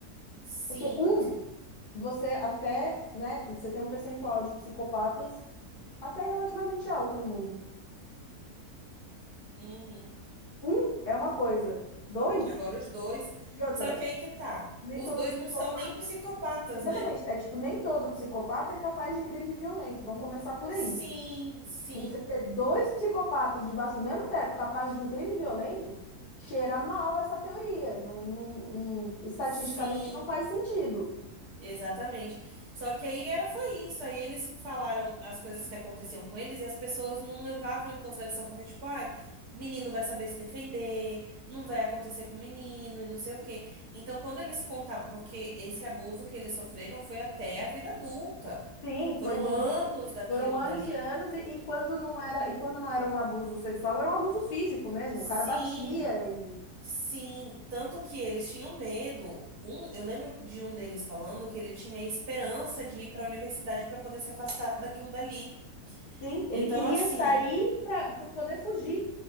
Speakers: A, on the right; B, on the left.
A: sim,
B: Porque um, você até, né? Porque você tem um percentual de psicopatas até relativamente alto no mundo.
A: uhum.
B: Um é uma coisa, dois
A: Agora os dois.
B: e outra.
A: Só que aí que tá.
B: Nem
A: Os
B: todo
A: dois
B: psicopata.
A: não são nem psicopatas,
B: Exatamente.
A: né?
B: É tipo, nem todo psicopata é capaz de crime violento. Vamos começar por
A: Sim,
B: aí.
A: sim,
B: E você ter dois psicopatas debaixo do mesmo teto capazes de um crime violento, cheira mal essa teoria. Não, não- não- estatisticamente
A: sim,
B: não faz sentido.
A: exatamente. Só que aí era foi isso. Aí eles falaram as coisas que aconteciam com eles e as pessoas não levavam em consideração, porque, tipo, ai, menino vai saber se defender, não vai acontecer com o menino e não sei o quê. Então, quando eles contavam, porque esse abuso que eles sofreram foi até a vida adulta.
B: Sim,
A: Foram
B: foi de,
A: anos
B: de-
A: daquilo
B: foram anos
A: dali.
B: e anos, e, e quando não era, e quando não era um abuso sexual, era um abuso físico mesmo.
A: Sim.
B: O cara batia e
A: Sim, tanto que eles tinham medo. Um, eu lembro de um deles falando que ele tinha esperança de ir para a universidade para poder se afastar daquilo dali.
B: sim, ele
A: Então,
B: queria
A: assim,
B: sair para poder fugir.